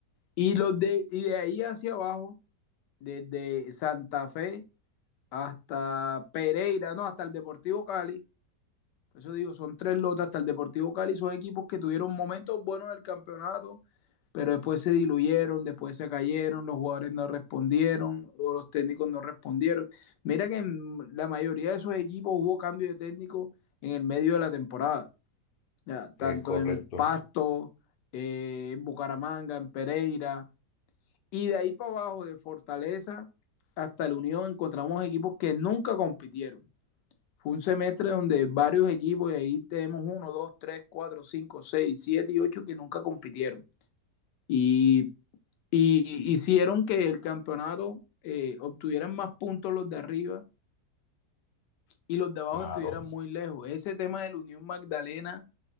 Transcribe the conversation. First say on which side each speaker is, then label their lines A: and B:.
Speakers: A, on the left; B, on the left.
A: Y, los de, y de ahí hacia abajo, desde Santa Fe hasta Pereira, no, hasta el Deportivo Cali, por eso digo, son tres lotas hasta el Deportivo Cali, son equipos que tuvieron momentos buenos en el campeonato, pero después se diluyeron, después se cayeron, los jugadores no respondieron, o los técnicos no respondieron. Mira que en la mayoría de esos equipos hubo cambio de técnico en el medio de la temporada, ya,
B: Es
A: tanto
B: correcto,
A: en Pasto, eh, en Bucaramanga, en Pereira, y de ahí para abajo, de Fortaleza hasta la Unión, encontramos equipos que nunca compitieron. Fue un semestre donde varios equipos, y ahí tenemos uno, dos, tres, cuatro, cinco, seis, siete y ocho que nunca compitieron. Y, y hicieron que el campeonato eh, obtuvieran más puntos los de arriba y los de abajo
B: claro.
A: estuvieran muy lejos. Ese tema de la Unión Magdalena,